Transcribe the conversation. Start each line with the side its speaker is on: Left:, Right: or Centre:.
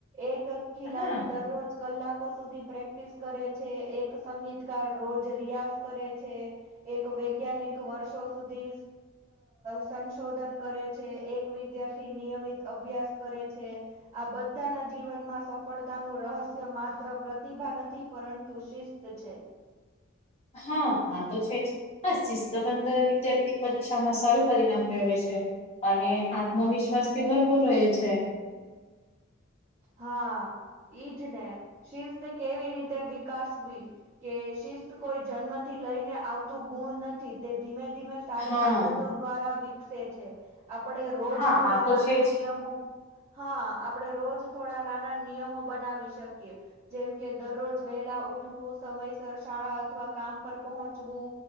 Right: એક ખેલાડી
Left: હા
Right: દરરોજ કલાકો સુધી પ્રેક્ટિસ કરે છે, એક સંગીતકાર રોજ રિયાઝ કરે છે. એક વૈજ્ઞાનિક વર્ષો સુધી. સંશોધન કરે છે, એક વિદ્યાર્થી નિયમિત અભ્યાસ કરે છે. આ બધાના જીવનમાં સફળતા નું રહસ્ય માત્ર પ્રતિભા નથી, પરંતુ શિસ તો છે.
Left: હા, આ તો છે જ. હા, શિસ્ત બંધ વિદ્યાર્થી પરીક્ષામાં સારું પરિણામ મેળવે છે. અને આત્મવિશ્વાસથી ભરપૂર રહે છે.
Right: હા, ઈજ ને, શિસ્ત કેવી રીતે વિકાસવી. કે શિસ્ત કોઈ જન્મથી લઈને આવતું ગુણ નથી, તે ધીમે-ધીમે સારી
Left: હા
Right: આદતો દ્વારા વિકસે છે, આપડે રોજ
Left: હા
Right: થોડા
Left: આ તો
Right: નાના
Left: છે જ
Right: નિયમો. હા, આપડે રોજ થોડા નાના નિયમો બનાવી શકીએ. જેમ કે દરરોજ વહેલા ઉઠવું, સમયસર શાળા અથવા કામ પર પહોંચવું.